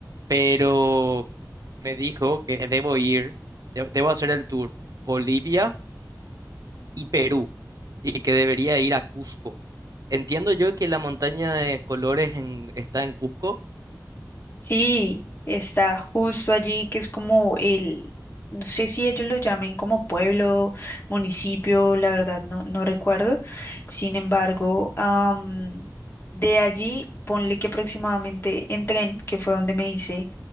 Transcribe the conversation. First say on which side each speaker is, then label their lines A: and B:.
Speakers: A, on the right; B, on the left.
A: pero me dijo que debo ir, de- debo hacer el tour Bolivia y Perú y que debería ir a Cusco. Entiendo yo que la montaña de colores en- está en Cusco.
B: Sí, está justo allí, que es como el, no sé si ellos lo llamen como pueblo, municipio, la verdad no, no recuerdo. Sin embargo, am, de allí, ponle que aproximadamente en tren, que fue donde me hice